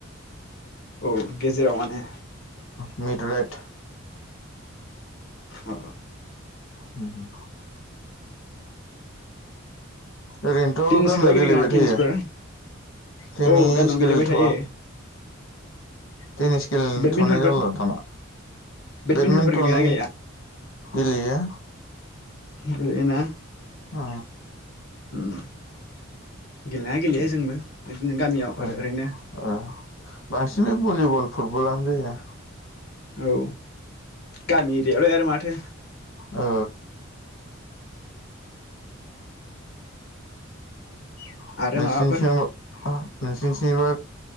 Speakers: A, on the left; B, on the left.
A: औ गेजेराव माने
B: मित राइत
A: अ
B: होम ओरैनोथ'
A: टेनिस
B: गामियाव
A: खेला
B: गेलेबाय
A: गेलेगोना टेनिसफोर
B: थायो टेनिस
A: औ गामियाव गेलेबाय
B: गेलेथ'वा
A: थायो
B: टेनिस गेलेथ'नाय
A: बेडमिन्टनफोर
B: जाला दाना
A: बेडमिन्टनफोर
B: बेडमिन्टन
A: गेलेयोना गेलेया
B: गेलेयो
A: गेलेना
B: अ
A: उम गेलनाया गेलेयो जोंबो बिदिनो गामियाव
B: ओ
A: आरो ओरैनो
B: बांसिन बे भलिबल फुटबलानो जाया
A: औ गामि इरियायावलाय माथो
B: ओ <unintelligible>
A: आरो
B: नोंसोरनिथिंबा
A: माबाफोर